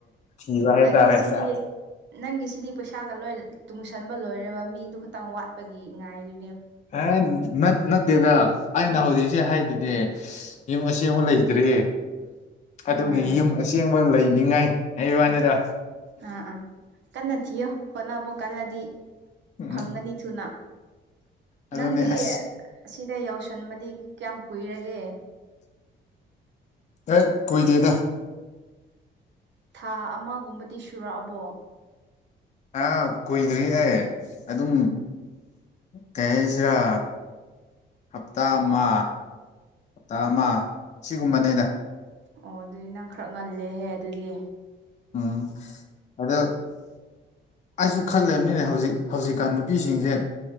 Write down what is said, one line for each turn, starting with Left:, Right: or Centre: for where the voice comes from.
Left: ꯊꯤꯕ ꯍꯥꯏ
Right: ꯅꯪꯒꯤꯁꯤꯗꯤ
Left: ꯇꯥꯔꯦꯁ
Right: ꯅꯪꯒꯤꯁꯤꯗꯤ ꯄꯩꯁꯥꯒ ꯂꯣꯏ ꯇꯨꯡꯁꯟꯕ ꯂꯣꯏꯔꯦꯔꯕ ꯃꯤꯗꯨ ꯈꯇꯪ ꯋꯥꯠꯄꯒꯤ ꯉꯥꯏꯔꯤ
Left: ꯑ ꯃ ꯅꯠꯇꯦꯗ ꯑꯩꯅ ꯍꯧꯖꯤꯛꯁꯦ ꯍꯥꯏꯗꯨꯗꯤ ꯌꯨꯝ ꯑꯁꯤꯃꯨꯛ ꯂꯩꯇ꯭ꯔꯦ ꯑꯗꯨꯒꯤ
Right: ꯎꯝ
Left: ꯌꯨꯝ ꯑꯁꯦꯡꯕ ꯂꯩꯅꯤꯉꯥꯏ ꯑꯩ ꯋꯥꯅꯤꯗ
Right: ꯑꯥ ꯑꯥ ꯀꯟꯅ ꯊꯤꯌꯣ ꯍꯣꯠꯅꯕ ꯀꯜꯂꯗꯤ
Left: ꯎꯝ
Right: ꯐꯪꯒꯅꯤ ꯊꯨꯅ
Left: ꯑꯗꯨꯅꯦ
Right: ꯅꯪꯗꯤ
Left: ꯑꯁ
Right: ꯁꯤꯗ ꯌꯥꯎꯁꯟꯕꯗꯤ ꯀꯌꯥꯝ ꯀꯨꯏꯔꯒꯦ
Left: ꯑꯦ ꯀꯣꯏ ꯗꯗ
Right: ꯊꯥ ꯑꯃꯒꯨꯝꯕꯗꯤ ꯁꯨꯔꯛꯑꯕꯣ
Left: ꯑ ꯀꯨꯏꯗ꯭ꯔꯤ ꯑꯦ ꯑꯗꯨꯝ ꯇꯦꯁꯔꯥ ꯍꯞꯇꯥ ꯑꯃ ꯍꯞꯇꯥ ꯑꯃ ꯁꯤꯒꯨꯝꯕꯅꯦꯗ
Right: ꯑꯣ ꯑꯗꯨꯗꯤ ꯅꯪ ꯈꯔ ꯉꯜꯂꯦꯍꯦ ꯑꯗꯨꯗꯤ
Left: ꯑꯥ ꯑꯗ ꯑꯩꯁꯨ ꯈꯜꯂꯕꯅꯤꯅꯦ ꯍꯧꯖꯤꯛ ꯍꯧꯖꯤꯛꯀꯥꯟ ꯅꯨꯄꯤꯁꯤꯡꯁꯦ